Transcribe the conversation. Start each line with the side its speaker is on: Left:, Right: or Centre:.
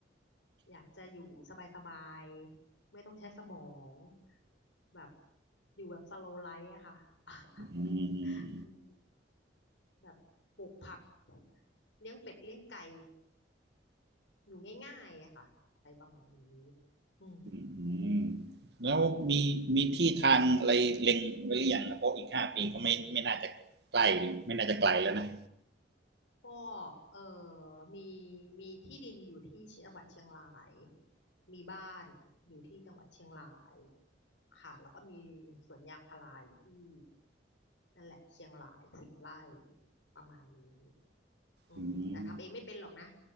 Left: อยากจะอยู่สบายๆไม่ต้องใช้สมองแบบอยู่แบบสโลไลฟ์อะค่ะ <laughs>
Right: อืม
Left: อืมแบบปลูกผักเลี้ยงเป็ดเลี้ยงไก่อยู่ง่ายๆอะค่ะอะไรประมาณนี้อืม
Right: อืมแล้วมีมีที่ทางอะไรเล็งไว้หรือยังนะเพราะอีกห้าปีก็ไม่ไม่น่าจะใกล้ไม่น่าจะไกลแล้วนะ
Left: ก็เออมีมีที่ดินอยู่ที่จังหวัดเชียงรายมีบ้านอยู่ที่จังหวัดเชียงรายค่ะแล้วก็มีสวนยางพาราอยู่ที่นั่นแหละเชียงรายสิบไร่ประมาณนี้อืมแต่ทำเองไม่เป็นหรอกนะ
Right: อืม